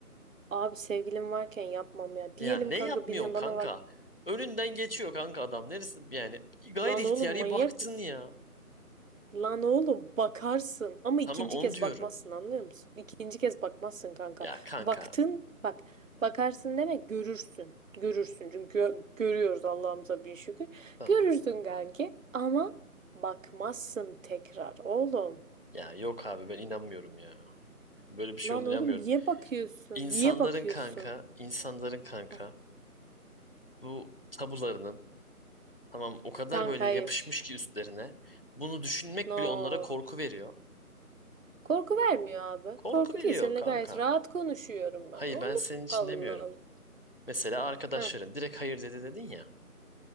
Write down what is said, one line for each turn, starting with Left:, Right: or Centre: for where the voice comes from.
Right: Abi sevgilim varken yapmam ya.
Left: Ya
Right: Diyelim
Left: ne
Right: kanka
Left: yapmıyorsun
Right: birinin
Left: kanka?
Right: bana var.
Left: Önünden geçiyor kanka adam. Neresi yani gayri
Right: Lan
Left: ihtiyari
Right: oğlum manyak
Left: baktın
Right: mısın?
Left: ya.
Right: Lan oğlum bakarsın ama
Left: Tamam
Right: ikinci
Left: onu
Right: kez
Left: diyorum.
Right: bakmazsın anlıyor musun? İkinci kez bakmazsın kanka.
Left: Ya kanka
Right: Baktın bak bakarsın demek görürsün. Görürsün çünkü gö- görüyoruz Allah'ımıza bin şükür.
Left: tamam.
Right: Görürsün kanki ama bakmazsın tekrar oğlum.
Left: Ya yok abi ben inanmıyorum ya. Böyle bir şey
Right: Lan
Left: olduğunu
Right: oğlum
Left: inanmıyorum.
Right: niye bakıyorsun?
Left: İnsanların
Right: Niye bakıyorsun?
Left: kanka, insanların kanka
Right: Heh,
Left: bu tabularının tamam o kadar
Right: Kanka
Left: böyle
Right: hayır.
Left: yapışmış ki üstlerine. Bunu düşünmek
Right: No.
Left: bile onlara korku veriyor.
Right: Korku vermiyor abi.
Left: Korku
Right: Korku
Left: veriyor
Right: değil. Seninle
Left: kanka.
Right: gayet rahat konuşuyorum
Left: Hayır
Right: ben. Oğlum
Left: ben senin için
Right: Allah
Left: demiyorum.
Right: Allah.
Left: Mesela arkadaşların
Right: Heh.
Left: direkt hayır dedi dedin ya.